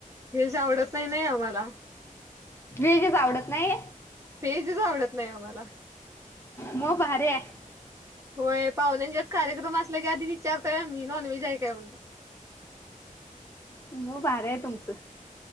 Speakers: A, on the right; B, on the left.
A: व्हेज आवडत नाही, नाही आम्हाला.
B: वेजच आवडत नाही.
A: पेजच आवडत नाही आम्हाला
B: मग भारी आहे
A: होय पाहुण्यांच्यात कार्यक्रम असल्या की आधी विचारतोय आ मी नॉन व्हेज आहे काय म्हणून?
B: मग भार आहे तुमचं.